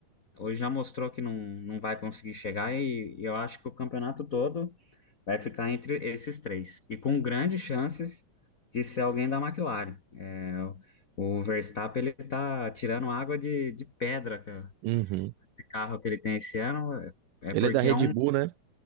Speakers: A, on the left; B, on the right.
A: hoje já mostrou que não, não vai conseguir chegar e, e eu acho que o campeonato todo vai ficar entre esses três. E com grandes chances de ser alguém da McLaren. É, o, o Verstappen, ele tá tirando água de, de pedra, cara.
B: Uhum.
A: Esse carro que ele tem esse ano é é
B: Ele
A: porque
B: é da Red
A: é um
B: Bull, né?